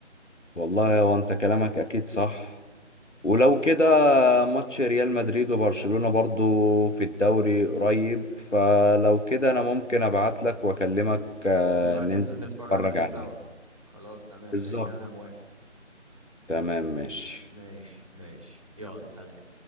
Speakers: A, on the left; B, on the right.
A: والله هو انت كلامك اكيد صح ولو كده ماتش ريال مدريد وبرشلونة برضو في الدوري قريب فلو كده انا ممكن ابعت لك واكلمك آه،
B: نبقى
A: ننزل
B: ننزل نتفرج
A: نتفرج
B: عليه
A: عليه
B: سوا خلاص تمام
A: بالظبط
B: ماشي انا موافق
A: تمام ماشي
B: ماشي ماشي يلا سلام